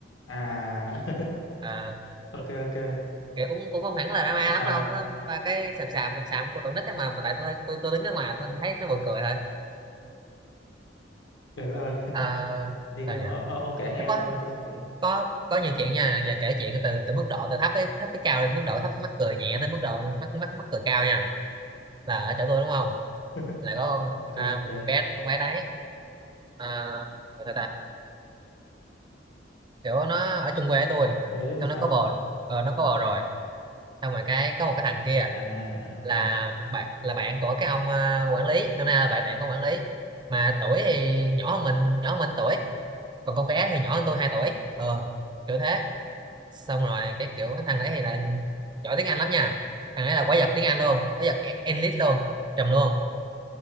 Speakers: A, on the left; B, on the right.
A: à <laughs>
B: Ờ,
A: ok ok
B: kiểu cũng cũng không hẳn là drama
A: nó sao
B: lắm đâu nó ba cái sàm sàm sàm sàm của tụi nít ấy mà mà tại tôi tôi, tôi đứng ở ngoài tôi thấy nó buồn cười thôi
A: trời đất ơi <laughs>
B: à,
A: thì
B: sao
A: ờ,
B: nhỉ
A: ông, ông kể nghe
B: nó có
A: thôi tôi sẽ thử
B: có có nhiều chuyện nha giờ kể chuyện từ từ mức độ từ thấp tới thấp tới cao lên mức độ thấp mắc cười nhẹ tới mức độ mắc mắc mắc cười cao nha là ở chỗ tôi đúng không
A: <laughs>
B: là có con
A: ok
B: à,
A: ok
B: bé con bé đấy à, gọi sao ta kiểu nó ở chung quê với tôi
A: bên đấy thì
B: xong
A: sao
B: nó có bồ ờ, nó có bồ rồi xong rồi cái có một cái thằng kia
A: à à, ok
B: là bạn là bạn của cái ông à, quản lý năm nay là bạn bạn của quản lý mà tuổi thì nhỏ hơn mình nhỏ hơn mình tuổi còn con bé thì nhỏ hơn tôi hai tuổi ờ kiểu thế xong rồi cái kiểu cái thằng đấy
A: <laughs>
B: thì là giỏi tiếng Anh lắm nha thằng đấy là quái vật tiếng Anh luôn quái vật e- elite luôn trùm luôn